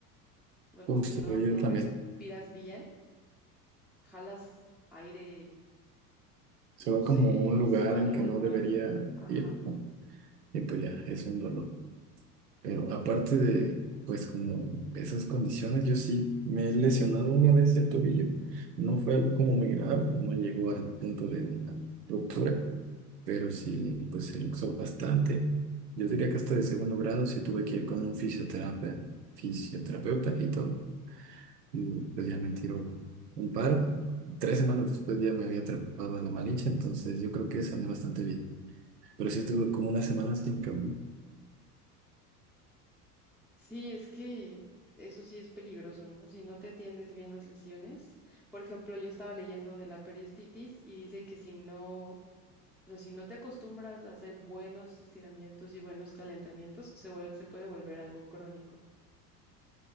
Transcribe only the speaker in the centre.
O sea, como
que no,
no
respiras bien, jalas aire
no
sé,
y
se va
a algún
lugar.
da- Ajá.
Sí, es que eso sí es peligroso, ¿no? Si no te atiendes bien las lesiones. Por ejemplo, yo estaba leyendo de la periostitis y dice que si no, o sea, si no te acostumbras a hacer buenos estiramientos y buenos calentamientos, se, vuel- se puede volver algo crónico.